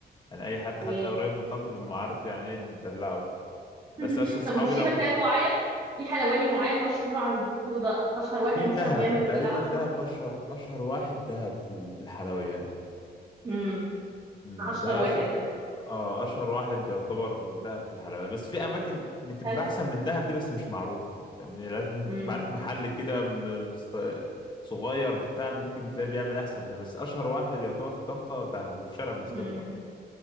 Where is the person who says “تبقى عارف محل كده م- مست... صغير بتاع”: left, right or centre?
Left